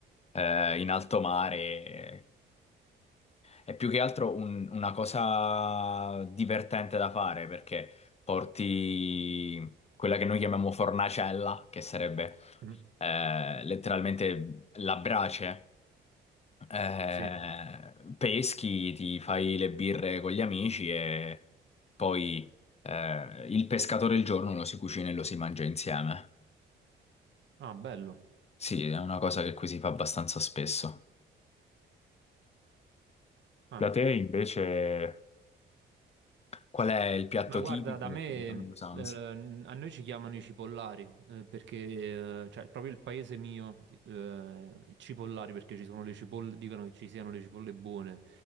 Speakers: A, on the left (about 30°); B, on the right (about 65°).
A: eh, in alto mare. È più che altro un- una cosa divertente da fare perché porti quella che noi chiamiamo fornacella, che sarebbe
B: Mm,
A: eh, letteralmente la brace, eh,
B: Sì.
A: peschi, ti fai le birre con gli amici e poi eh, il pescatore il giorno lo si cucina e lo si mangia insieme.
B: Ah, bello.
A: Sì, è una cosa che qui si fa abbastanza spesso.
B: Ah,
A: Da te invece... Qual è il piatto
B: Ma guarda,
A: tipico
B: da me,
A: e quali sono le usanze?
B: eh, a noi ci chiamano i cipollari, eh, perché, eh, cioè, proprio il paese mio, eh, i cipollari, perché ci sono le cipolle, dicono che ci siano le cipolle buone.